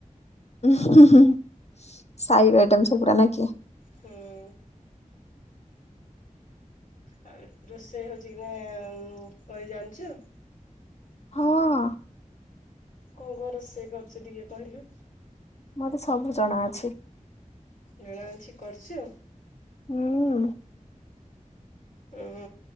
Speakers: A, on the left (about 55°); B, on the left (about 75°).
A: ଉୁଁ ହିଁ ହିଁ ସାଇଜ ଆଇଟମ ସେଗୁଡା ନାଖିଆ।
B: ହୁଁ। ଆଉ ରୋଷେଇ ହଉଛିକି ନାହିଁ କରି ଜାଣିଛୁ।
A: ହଁ
B: କଣ କଣ ରୋଷେଇ କରୁଚୁ ଟିକେ କହିଲୁ?
A: ମତେ ସବୁ ଜଣାଅଛି।
B: ଜଣା ଅଛି କରିଚୁ।
A: ଉୁଁ।
B: ଉୁଁ